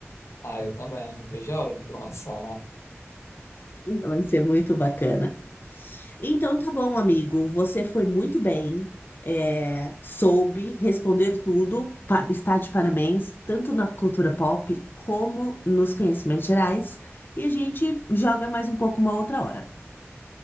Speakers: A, on the left; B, on the left.
A: Ah, eu também, não vejo a hora de começar, né?
B: Vai ser muito bacana. Então, tá bom, amigo. Você foi muito bem. é, soube responder tudo. pa- está de parabéns, tanto na cultura pop como nos conhecimentos gerais. E a gente joga mais um pouco uma outra hora.